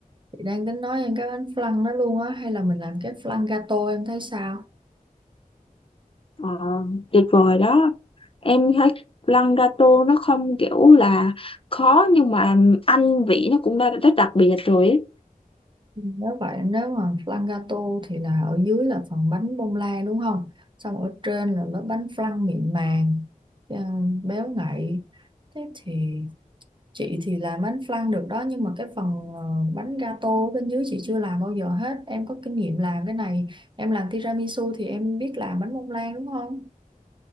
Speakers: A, on the right; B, on the left.
A: chị đang tính nói em cái bánh flan đó luôn á hay là mình làm cái flan gato em thấy sao
B: Ờ, tuyệt vời đó em thấy lăn gato nó không kiểu là khó nhưng mà anh vị nó cũng đã rất đặc biệt rồi ấy.
A: Nếu vậy nếu mà flan gato thì là ở dưới là phần bánh bông lan đúng không? Xong ở trên là lớp bánh flan mịn màng, ờ, béo ngậy. Thế thì chị thì làm bánh flan được đó nhưng mà cái phần ờ, bánh gato ở bên dưới chị chưa làm bao giờ hết. Em có kinh nghiệm làm cái này, em làm tiramisu thì em biết làm bánh bông lan đúng không?